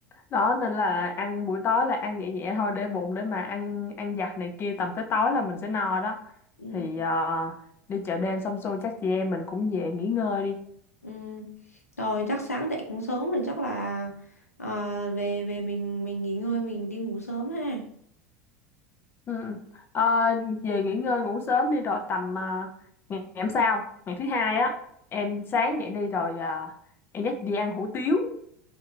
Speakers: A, on the left; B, on the left.
A: đó nên là ăn buổi tối là ăn nhẹ nhẹ thôi để bụng để mà ăn ăn giặt này kia tầm tới tối là mình sẽ no đó
B: Ừ.
A: thì ờ, đi chợ đêm xong xuôi chắc chị em mình cũng về nghỉ ngơi đi
B: Ừ. Rồi chắc sáng dậy cũng sớm rồi chắc là à, về về mình mình nghỉ ngơi mình đi ngủ sớm ha.
A: ừ. Ờ, về nghỉ ngơi ngủ sớm đi rồi tầm ờ, ngày ngày hôm sau ngày thứ hai á em sáng dậy đi rồi ờ, em dắt đi ăn hủ tiếu